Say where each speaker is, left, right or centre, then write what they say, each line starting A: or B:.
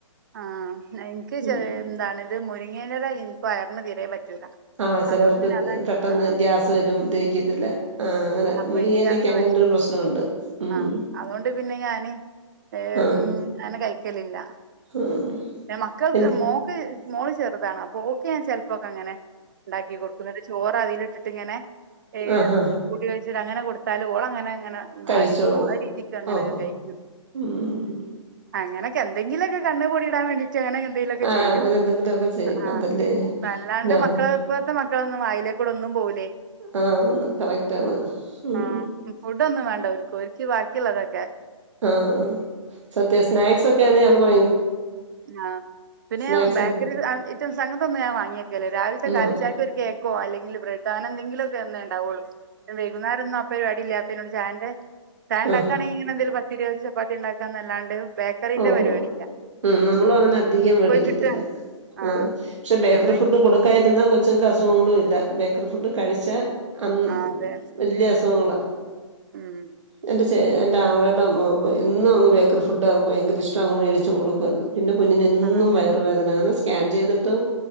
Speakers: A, on the right; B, on the right.
A: ആ എൻക്ക്
B: ഉം
A: ചെലേ ഉംന്താണിത് മുരി ഇങ്ങനേ <unintelligible> ൻക് വയറ്ന് തീരെ പ റ്റ്താ
B: ആഹ് ചിലർക്ക്
A: അതുകൊണ്ട് പിന്നെ അതാന്
B: പെട്ടെന്ന്
A: ആ
B: ഗ്യാസ് വരും ദഹിക്കത്തില്ല ആഹ് അങ്ങനെ
A: അപ്പൊ
B: മുരിങ്ങയിലക്ക്
A: എനിക്ക് അങ്ങനെ
B: അങ്ങനൊരു
A: വച്ച്
B: പ്രശ്നമുണ്ട് ഉം
A: ആഹ് അതുകൊണ്ട് പിന്നെ ഞാന് ഏ
B: ആഹ്
A: ഉം ആനെ കഴിക്കലില്ല
B: ആഹ്
A: ന്നെ മക്കൾക്ക്
B: പിന്നെ
A: മോക്ക് മോള് ചെറുതാണ് മോൾക്ക് ഞൻ ചെലപ്പോക്കെ അങ്ങനെ ഉണ്ടാക്കി കൊടുക്കും ചോറ് അതിൽ ഇട്ട് ഇങ്ങനെ ഏ
B: ആഹ് ആഹ് ആഹ്
A: കൂട്ടി വിഴ്ച്ച് അങ്ങനെ കൊടുത്താലും ഓളങ്ങനെ ങ്ങനെ അങ്ങ്
B: കഴിച്ചോളൂ
A: വരിതിന്നോ ആ രീതിക്ക് അങ്ങനൊക്കെ
B: ഓഹോ
A: കൈക്കും
B: ഉം
A: അങ്ങനക്കെ എന്തെങ്കിലൊക്കെ കണ്പൊടിടാൻ വേണ്ടി എന്തെങ്കിലുമൊക്കെ ഒക്കെ
B: ആഹ്
A: ചെയ്യും
B: അങ്ങനെ എന്തെങ്കിലുമൊക്കെ ചെയ്യും
A: ആ ആ
B: അതല്ലേ
A: വല്ലാണ്ട്
B: ആഹ്
A: മക്കള് ഇപ്പത്തെ മക്കളൊന്നും വാഴിലേ ഇന്നും പോയി
B: ആ കറക്റ്റാണ് ഉം
A: ആഹ് ഫുഡൊന്നും വേണ്ട ഓര്ക്ക്. ഓര്ക്ക് ബാക്കിയുള്ളതൊക്കെ
B: ആ സത്യ സ്നാക്ക്സ് ഒക്കെ ആണേല് അവിടെ
A: ആ പിന്നെ
B: സ്നാക്സ്
A: ബേക്കറി
B: ഉം
A: ഏറ്റവും സംഗത്തൊന്നും ഞാൻ വാങ്ങി വക്കില്ല രാവിലത്തെ കാലിച്ചായക്ക്
B: ഉം
A: ഒരു കേക്ക് ഓ അല്ലെങ്കിൽ ബ്രഡ് എന്തെങ്കിലൊണ്ടാവുള്ളു വൈകുന്നേരം അപ്പൊ ആയിട്ടില്ല <unintelligible> ചായ ഉണ്ടാക്കുവാണെങ്കിൽ
B: ആഹ്
A: ഇങ്ങനെ എന്തെങ്കിലും പറ്റൂ.., ഇരുപത് ചപ്പാത്തി ഉണ്ടാക്കാന്നല്ലാണ്ട് ബേക്കറിന്റെ
B: ഓഹ്
A: പരിപാടി
B: ഉം നമ്മളും അങ്ങനെ അധികം മേടിക്കത്തില്ല
A: കിട്ടാണ്. ആഹ്
B: ആ പക്ഷെ ബേക്കറി
A: എവിടെ
B: ഫുഡ് കൊടുക്കാതിരുന്നാ കൊച്ച്ങ്ങൾക്ക് അസുഖ.. തോന്നൂല ഇല്ല ബേക്കറി ഫുഡ് കഴിച്ചാൽ അന്ന്
A: ആഹ് അതെ
B: വല്യ അസുഖങ്ങളാ
A: ഉം
B: എന്റെ ചേ ആങ്ങളുടെ മോൾക്ക് എന്നും ബേക്കറി ഫുഡ് ആകും ഭയങ്കര ഇഷ്ട്ടാണ് അങ്ങ് മേടിച്.... കൊടുക്കയിരുന്നു
A: ആഹ്
B: പിന്നെ കുഞ്ഞിന് എന്നും
A: ആഹ് അതെ
B: വയറ് വേദനയാണ് സ്കാൻ ചെയ്തിട്ടും